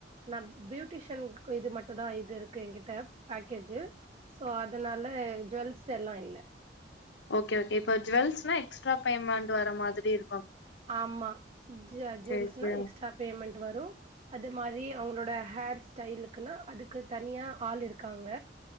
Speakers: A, on the right; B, on the left.
A: நா பியூட்டிஷன் இது மட்டுதா இது இருக்கு என்கிட்ட பேக்கேஜு சோ அதுனால ஜுவல்ஸ்லாம் இல்ல
B: ஓகே ஓகே இப்ப ஜுவல்ஸ்னா எக்ஸ்ட்ரா பேமண்ட் வர மாதிரி இருக்
A: ஆமா ஜ ஜீவல்ஸ்னா
B: சரி, சரி.
A: எக்ஸ்ட்ரா பேமண்ட் வரும் அது மாரி அவங்களோட ஹேர் ஸ்டைலுக்குனா அதுக்கு தனியா ஆள் இருக்காங்க